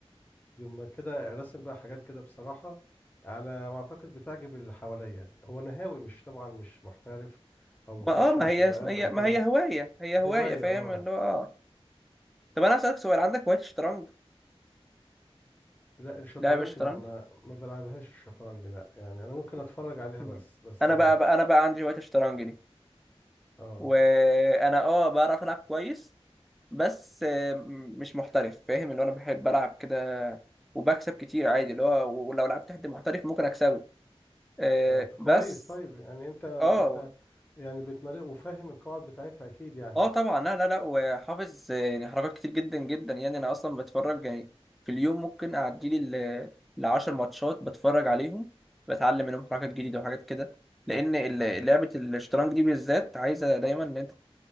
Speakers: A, on the left; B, in the centre.
A: يوم ما كده رسم بقى حاجات كده بصراحة على ما اعتقد بتعجب اللي حواليا هو انا هاوي مش طبعا مش محترف او بخش
B: ما اه ما
A: مسابقات
B: هي اسم- هي
A: او
B: ما
A: كده
B: هي هوايه هي هوايه
A: هواية
B: فاهم
A: اه
B: اللي هو اه طب انا اسالك سؤال عندك هوايه الشطرنج
A: لا الشطرنج
B: لعب الشطرنج
A: لا ما ما بلعبهاش الشطرنج لا يعني انا ممكن اتفرج عليها
B: مم.
A: بس بس
B: انا
A: اه
B: بقى, بقى انا بقى عندي هوايه الشطرنج دي
A: اه
B: وانا اه بعرف العب كويس بس آه، م- مش محترف فاهم اللي هو انا بحب العب كده وبكسب كتير عادي اللي هو ولو لعبت حد محترف ممكن اكسبه آه،
A: آه، طب كويس
B: بس
A: طيب يعني انت
B: اه
A: انت يعني بتمارس وفاهم القواعد بتاعتها اكيد يعني
B: اه طبعا لا لا لا وحافظ آه، يعني حركات كتير جدا جدا يعني انا اصلا بتفرج يعني في اليوم ممكن اعدي لي لعشر ماتشات بتفرج عليهم بتعلم منهم حركات جديدة وحاجات كده لان ال- لعبة الشطرنج دي بالذات عايزة دايما ان انت